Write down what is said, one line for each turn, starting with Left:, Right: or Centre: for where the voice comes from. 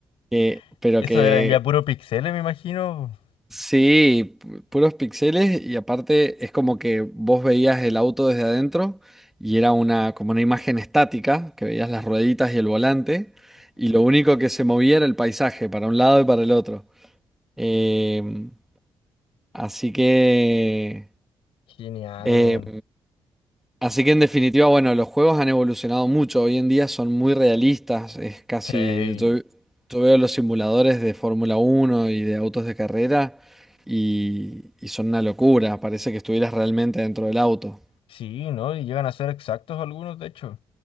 Centre: que,
Left: <laughs>
Centre: pero
Left: Eso
Centre: que
Left: eran ya puro pixeles, me imagino.
Centre: Sí, pu- puros píxeles y aparte es como que vos veías el auto desde adentro y era una como una imagen estática, que veías las rueditas y el volante y lo único que se movía era el paisaje para un lado y para el otro. Em, así que
Left: Genial,
Centre: eh,
Left: weón.
Centre: Así que en definitiva, bueno, los juegos han evolucionado mucho. Hoy en día son muy realistas. Es casi,
Left: Sí.
Centre: yo, yo veo los simuladores de Fórmula Uno y de autos de carrera y, y son una locura. Parece que estuvieras realmente dentro del auto.
Left: Sí, ¿no? Y llegan a ser exactos algunos, de hecho.